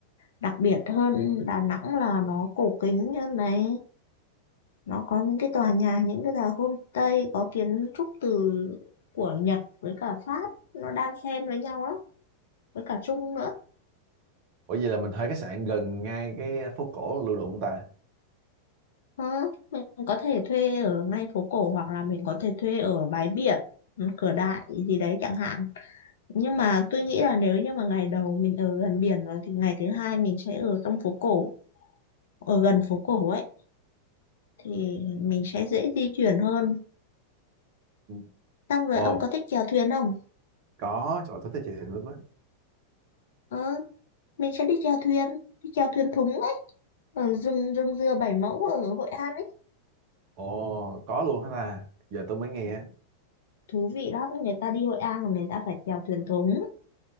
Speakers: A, on the left (about 60°); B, on the right (about 45°).
A: đặc biệt hơn Đà Nẵng là nó cổ kính hơn này nó có những cái tòa nhà những cái tòa homestay có kiến trúc từ của Nhật với cả Pháp nó đan xen với nhau lắm với cả Trung nữa
B: Ủa vậy là mình thuê khách sạn gần ngay cái phố cổ Lưu Động ta.
A: Ờ, mình có thể thuê ở ngay phố cổ hoặc là mình có thể thuê ở bãi biển ừ, cửa đại gì đấy chẳng hạn nhưng mà tôi nghĩ là nếu như mà ngày đầu mình ở gần biển rồi thì ngày thứ hai mình sẽ ở trong phố cổ ở gần phố cổ ấy thì mình sẽ dễ di chuyển hơn.
B: Ừ.
A: Xong rồi
B: Ồ,
A: ông có thích chèo thuyền không?
B: có, trời ơi, tôi thích chị thiệu lắm á.
A: Ờ, mình sẽ đi chèo thuyền, đi chèo thuyền thúng ấy, ở rừng rừng dừa Bảy Mẫu ở Hội An ấy.
B: Ồ, có luôn hả ta? Giờ tôi mới nghe.
A: Thú vị lắm, người ta đi Hội An là người ta phải chèo thuyền thúng.